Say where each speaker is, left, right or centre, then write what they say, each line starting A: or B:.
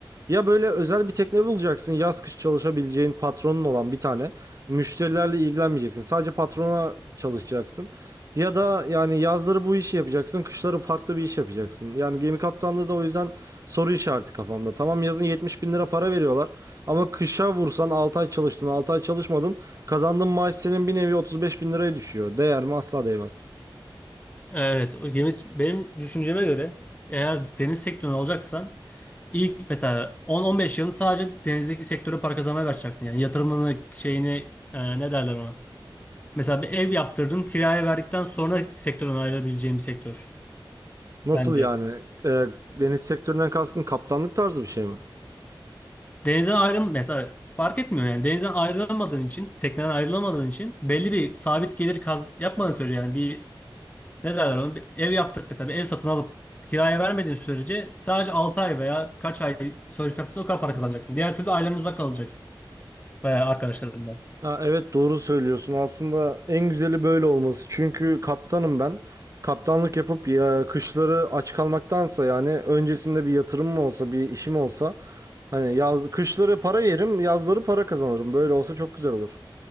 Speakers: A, on the right (about 40°); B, on the left (about 20°).
A: Ya böyle özel bir tekne bulacaksın, yaz kış çalışabileceğin patronun olan bir tane. Müşterilerle ilgilenmeyeceksin. Sadece patrona çalışacaksın. Ya da yani yazları bu işi yapacaksın, kışları farklı bir iş yapacaksın. Yani gemi kaptanlığı da o yüzden soru işareti kafamda. Tamam yazın 70 bin lira para veriyorlar ama kışa vursan 6 ay çalıştın, 6 ay çalışmadın. Kazandığın maaş senin bir nevi 35 bin liraya düşüyor. Değer mi? Asla değmez.
B: Evet o gemi benim düşünceme göre eğer deniz sektörünü alacaksan ilk mesela 10-15 yılını sadece denizdeki sektöre para kazanmaya başlayacaksın. Yani yatırımını şeyini e, ne derler ona. Mesela bir ev yaptırdın kiraya verdikten sonra sektörden ayrılabileceğin bir sektör
A: Nasıl
B: bence.
A: yani? Ee, deniz sektöründen kastın kaptanlık tarzı bir şey mi?
B: Denizden ayrıl mesela fark etmiyor yani denizden ayrılamadığın için tekneden ayrılamadığın için belli bir sabit gelir kaz yapmadığın sürece yani bir ne derler onu bir ev yaptık mesela bir ev satın alıp kiraya vermediğin sürece sadece 6 ay veya kaç ay sözleşme yaptıysan o kadar para kazanacaksın. Diğer türlü ailenden uzak kalacaksın veya arkadaşlarından.
A: Ha, evet doğru söylüyorsun. Aslında en güzeli böyle olması. Çünkü kaptanım ben. Kaptanlık yapıp ya, kışları aç kalmaktansa yani öncesinde bir yatırımım olsa, bir işim olsa hani yaz kışları para yerim, yazları para kazanırım. Böyle olsa çok güzel olur.